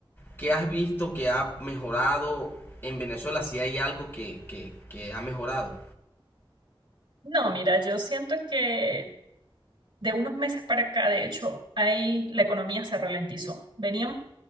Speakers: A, on the left; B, on the right.
A: ¿qué has visto que ha mejorado en Venezuela? Si hay algo que, que, que ha mejorado.
B: no, mira, yo siento que De unos meses para acá, de hecho, ahí la economía se ralentizó. Veníamos